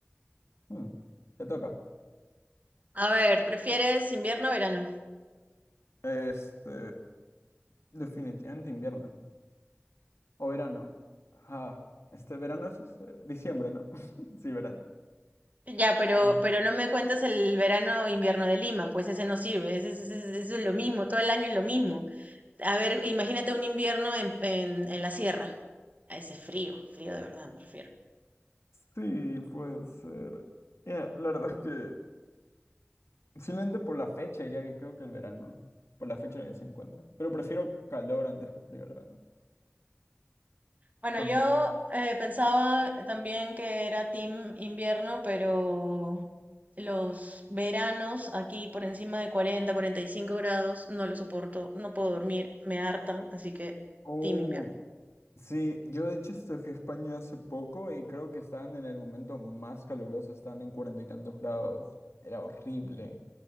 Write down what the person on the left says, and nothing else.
Mm, te toca.
Este, definitivamente invierno. O verano. Ajá. Este verano es este, diciembre, ¿no? <laughs> Sí, verano.
Mm.
Sí, puede ser. Ya, la verdad es que Simplemente por la fecha diría que creo que el verano, por la fecha en la que se encuentra. Pero prefiero calor antes que frío, la verdad.
También.
Oh,
sí, yo de hecho este, fui a España hace poco y creo que estaban en el momento más caluroso, estaban en cuarenta y tantos grados. Era horrible.